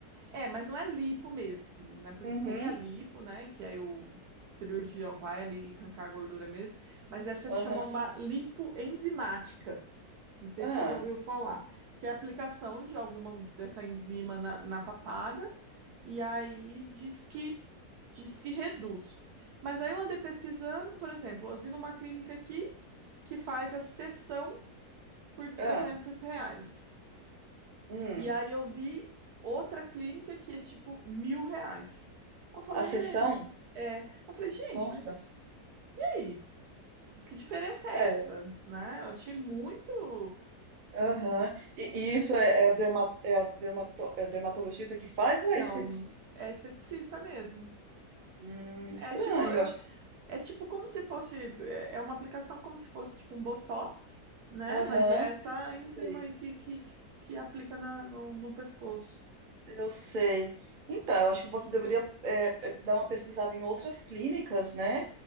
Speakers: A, on the right; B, on the right.
A: é, mas não é lipo mesmo, né? Porque
B: Uhum,
A: tem a lipo, né? Que aí o cirurgião vai ali arrancar a gordura mesmo. Mas essa se
B: aham,
A: chama uma lipoenzimática. Não sei
B: ah,
A: se você já ouviu falar. Que é a aplicação de alguma dessa enzima na, na papada. E aí diz que, diz que reduz. Mas aí eu andei pesquisando, por exemplo, eu vi numa clínica aqui que faz a sessão por trezentos
B: ah,
A: reais.
B: hum.
A: E aí eu vi outra clínica que é tipo mil reais. Eu falei,
B: A sessão?
A: é, é. Eu falei, gente,
B: Nossa,
A: mas e aí? Que diferença é
B: é,
A: essa? Né? Eu achei muito.
B: é, aham. E, e isso é, é a derma, é a dermato, é a dermatologista que faz ou é
A: Não,
B: esteticista?
A: é esteticista mesmo.
B: Hum, estranho,
A: É tipo, eu,
B: eu acho.
A: é tipo como se fosse, é é uma aplicação como se fosse tipo um Botox, né?
B: Aham,
A: Mas é essa enzima
B: sei.
A: aí que, que, que que aplica na, no, no pescoço.
B: Eu sei. Então, eu acho que você deveria é, é, dar uma pesquisada em outras clínicas, né?